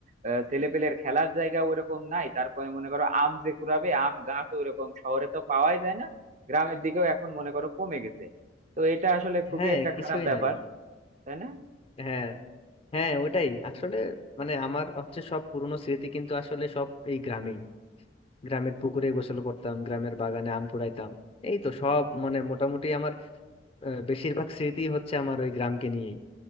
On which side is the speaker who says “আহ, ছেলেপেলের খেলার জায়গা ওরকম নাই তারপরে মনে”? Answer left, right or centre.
Right